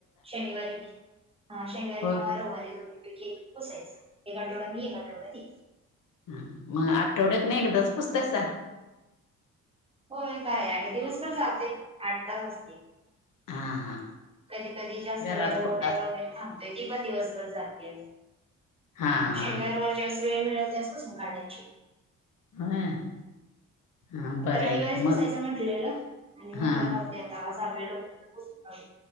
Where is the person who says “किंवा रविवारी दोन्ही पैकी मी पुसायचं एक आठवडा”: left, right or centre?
Right